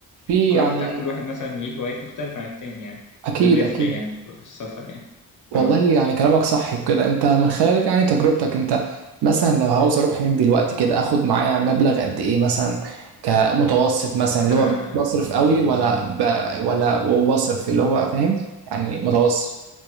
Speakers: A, on the right (about 75°); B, on the left (about 50°).
A: في
B: كل
A: يعني
B: واحد تعرف كل واحد مثلا ليه هوايات مختلفة عن التاني يعني
A: اكيد
B: فبيفرق
A: اكيد
B: يعني في في السفر يعني
A: والله
B: اه
A: يعني كلامك صح كده انت من خلال يعني تجربتك انت مثلا لو عاوز اروح هناك دلوقتي كده اخد معايا مبلغ قد ايه مثلا كمتوسط مثلا اللي
B: اه
A: هو مش بصرف قوي ولا ب... ولا وبصرف اللي هو فاهم يعني متوسط